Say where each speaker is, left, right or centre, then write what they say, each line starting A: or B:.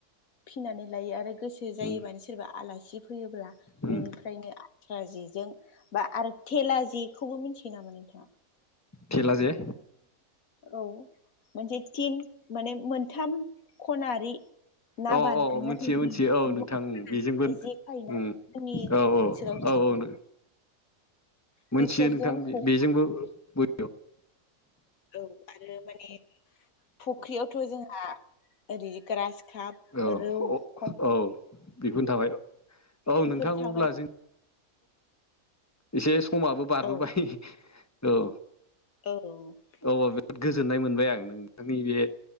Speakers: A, on the left; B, on the left.
A: फिनानै लायो आरो गोसो गोसो जायोबानो
B: उम
A: सोरबा आलासि फैयोब्ला
B: उम
A: बेनिफ्रायनो आथ्रा जेजों बा आरो थेला जेखौबो मिथियो नामा नोंथाङा?
B: थेला जे?
A: औ मोनसे थिन माने मोनथाम खनारि। ना
B: अ
A: बान <unintelligible>
B: मोनथियो मोनथियो औ नोंथां बेजोंबो
A: थायोना
B: उम
A: जोंनि ओनसोलाव
B: औ औ औ
A: बेफोरजों
B: मोनथियो नोंथां
A: ह
B: बेजोंबो बो
A: औ आरो माने फुख्रियावथ' जोंहा ओरै ग्रास काप
B: औ अ
A: रौ खम
B: औ बेफोरनो थाबाय औ
A: बेफोर
B: नोंथां
A: थाबाय
B: अब्ला जों एसे समाबो बारबोबाय
A: औ
B: औ।
A: औ।
B: औ औ बिराद गोजोननाय मोनबाय आं नोंथांनि बे